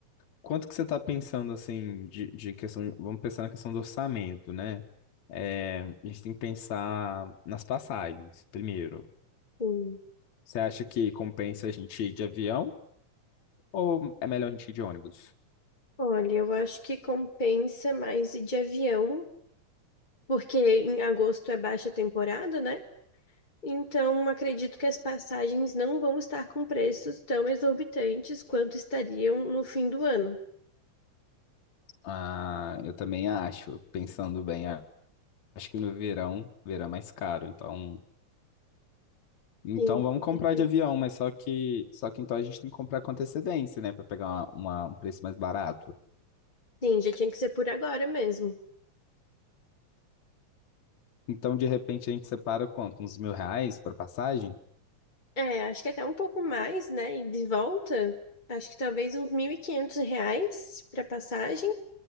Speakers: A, on the left; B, on the left.
A: quanto que você está pensando, assim, de, de questão... Vamos pensar na questão do orçamento, né? É, a gente tem que pensar nas passagens, primeiro.
B: Hum.
A: Você acha que compensa a gente ir de avião ou é melhor a gente ir de ônibus?
B: Olha, eu acho que compensa mais ir de avião, porque em agosto é baixa temporada, né? Então, acredito que as passagens não vão estar com preços tão exorbitantes quanto estariam no fim do ano.
A: Ah, eu também acho, pensando bem, a- acho que no verão, verão é mais caro, então Então
B: Sim, com
A: vamos comprar
B: certeza.
A: de avião, mas só que... Só que então a gente tem que comprar com antecedência, né? Para pegar uma- uma- um preço mais barato.
B: Sim, já tinha que ser por agora mesmo.
A: Então, de repente, a gente separa quanto? Uns mil reais para passagem?
B: É, acho que até um pouco mais, né? E de volta, acho que talvez uns 1.500 reais para passagem.